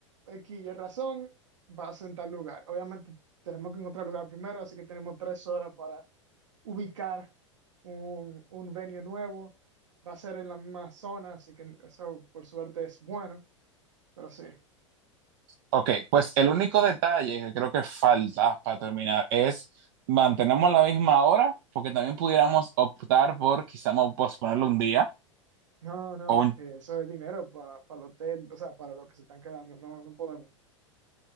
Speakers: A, on the right; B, on the right.
A: X y razón vas en tal lugar. Obviamente tenemos que encontrar lugar primero, así que tenemos tres horas para ubicar un, un venue nuevo. Va a ser en la misma zona, así que eso por suerte es bueno, pero sí.
B: Ok, pues el único detalle que creo que falta para terminar es mantenemos la misma hora, porque también pudiéramos optar por quizá mo- posponerlo un día
A: No, no,
B: o un.
A: eh, eso es dinero para el hotel, o sea, para lo que se están quedando, no, no podemos.